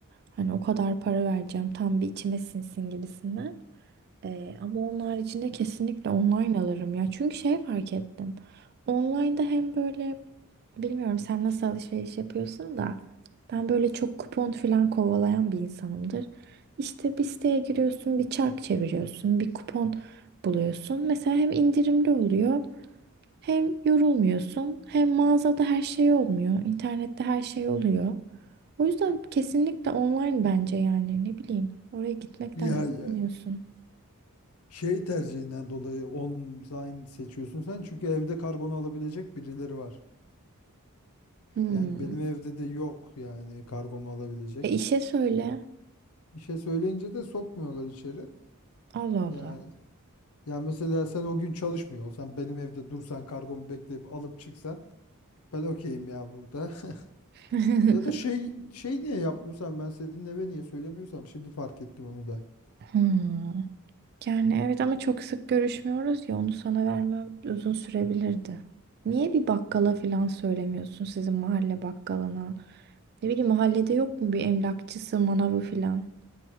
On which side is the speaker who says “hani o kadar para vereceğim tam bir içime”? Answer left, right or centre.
Right